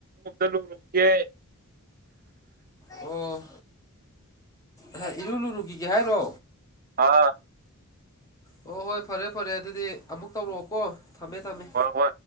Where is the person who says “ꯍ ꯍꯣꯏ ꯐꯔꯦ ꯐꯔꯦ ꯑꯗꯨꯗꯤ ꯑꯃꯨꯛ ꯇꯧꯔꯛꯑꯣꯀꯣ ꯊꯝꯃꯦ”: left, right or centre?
Left